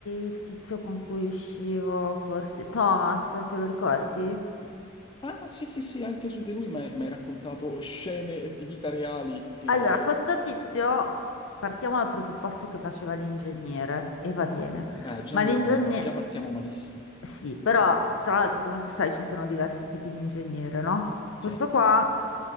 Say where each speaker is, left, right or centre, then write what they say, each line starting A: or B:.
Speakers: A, on the left; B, on the left.
A: il tizio con cui uscivo, forse Thomas, te lo ricordi?
B: Ah, sì, sì, sì, anche su di lui mi hai mi hai raccontato scene di vita reali che...
A: Allora, questo tizio, partiamo dal presupposto che faceva l'ingegnere, e va bene,
B: Eh, già
A: ma
B: andiamo,
A: l'ingegnere...
B: già partiamo malissimo,
A: Sì, però tra l'altro come tu sai ci sono diversi tipi di ingegnere, no?
B: certo.
A: Questo qua